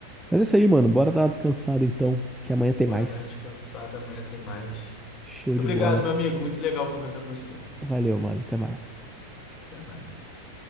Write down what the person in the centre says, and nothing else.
Mas é isso aí, mano. Bora dar uma descansada então, que amanhã tem
mais.
Show de
bola.
Valeu, mano. Até mais.